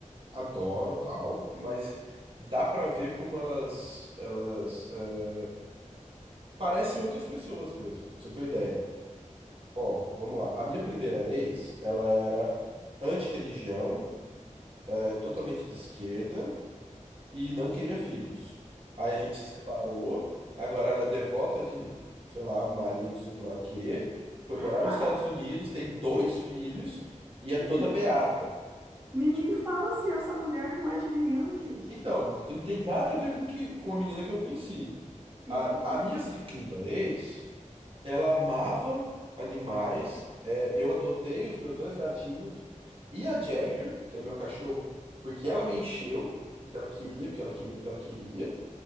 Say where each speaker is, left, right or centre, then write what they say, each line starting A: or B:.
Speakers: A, on the right (about 45°); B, on the right (about 15°).
A: adoro, tal, mas dá pra ver como elas, elas, é, parecem outras pessoas mesmo, pra você ter uma ideia. Ó, vamos lá. A minha primeira ex, ela era anti-religião, é, totalmente de esquerda e não queria filhos. Aí a gente se separou. Agora ela é devota de, sei lá, Ave Maria, não sei o que lá o quê. Foi
B: <laughs>
A: morar nos Estados Unidos, tem dois filhos e é
B: meu,
A: toda beata.
B: me, me
A: Tipo,
B: fala se essa mulher não é geminiana, gente.
A: então, não tem nada a ver com que, com a menina que eu conheci.
B: Sim,
A: A,
B: sim,
A: a minha segunda ex. Ela amava animais. é, eu adotei os meus dois gatinhos e a Jagger, que é meu cachorro, porque ela me encheu, porque ela queria, porque ela queria, porque ela queria.